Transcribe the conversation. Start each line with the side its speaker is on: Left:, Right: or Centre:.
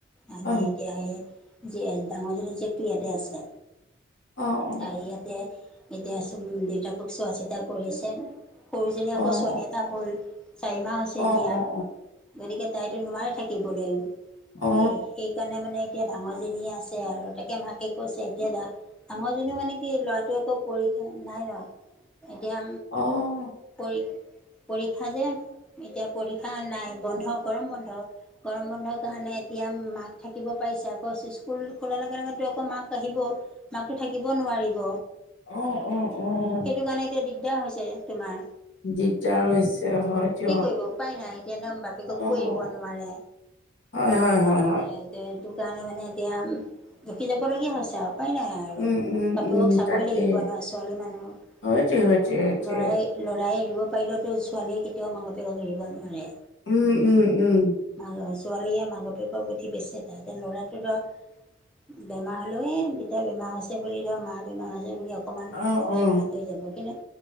Centre: আনি
Left: অ',
Centre: এতিয়া এই যে ডাঙৰ জনি জীয়েকটো ইয়াতে আছে
Left: অ', অ',
Centre: তাই য়াতে এতিয়া আছো দেউতাকক চোৱা চিতা কৰি আছে সৰুজনী আকৌ
Left: অ',
Centre: ছোৱালী এটা হ'ল চাৰিমাহ হৈছে
Left: অ', অ',
Centre: এতিয়া
Left: অ',
Centre: গতিকে তাইতো নোৱাৰে থাকিবলৈ,
Left: অ', অ', অ', অ',
Centre: এই সেইকাৰণে মানে এতিয়া ডাঙৰজনীয়ে আছে আৰু তাকে মাকে কৈছে এতিয়া ডাঙৰজনীও মানে কি ল'ৰাটোৱে একৌ পৰীক্ষা নাই ন' এতিয়া
Left: অ'।
Centre: পৰীক্ষা যে এতিয়া পৰীক্ষা নাই বন্ধ গৰম বন্ধ গৰম বন্ধৰ কাৰণে এতিয়া মাক থাকিব পাৰিছে আকৌ স্কুল খোলাৰ লগে লগে আকৌ মাক আহিব মাকতো থাকিব নোৱাৰিব
Left: অ', অ', অ', অ
Centre: সেইটো কাৰণে এতিয়া দিগদাৰ হৈছে তোমাৰ
Left: দিগদাৰ হৈছে হয় দিয়ক,
Centre: কি কৰিব উপায় নাই এতিয়া দম বাপেকক
Left: অ'।
Centre: কৰিব নোৱাৰে
Left: হয় হয় হয় হয়,
Centre: সেইটো কাৰণে মানে এতিয়া ৰখি যাবলগীয়া হৈছে আৰু উপায় নাই আৰু আৰু
Left: উম, উম,
Centre: বাপেকক
Left: উম,
Centre: চাবই
Left: তাকে।
Centre: লাগিব ন' ছোৱালী মানুহ
Left: সেইটোৱে, সেইটোৱে,
Centre: আৰু
Left: সেইটোৱে।
Centre: ল'ৰাই ল'ৰাই এৰিব পাৰিলেওতো ছোৱালীয়ে কেতিয়াও মাক বাপেকক এৰিব নোৱাৰে
Left: উম, উম, উম,
Centre: <unintelligible> ছোৱালীয়ে মাক বাপেকৰ প্ৰতি বেছি এটা এতিয়া ল'ৰা <unintelligible> বেমাৰ হ'লেও এ দেতাই বেমাৰ হৈছে বুলি ধৰ মা বেমাৰ হৈছে বুলি অকণমান
Left: অ',
Centre: চাই
Left: অ'।
Centre: পেলাইতে যাব কিনে।